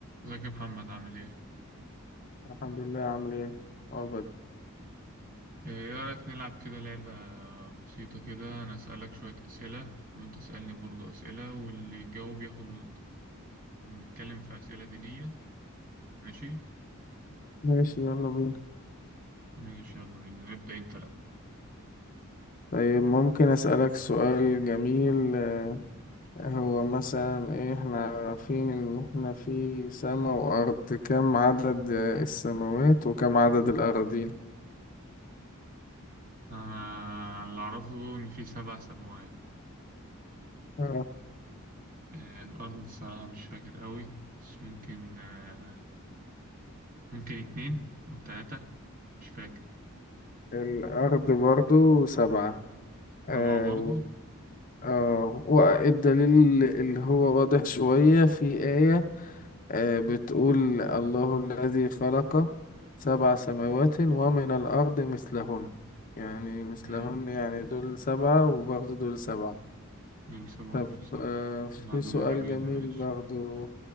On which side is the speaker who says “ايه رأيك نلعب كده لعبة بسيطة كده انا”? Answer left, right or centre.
Right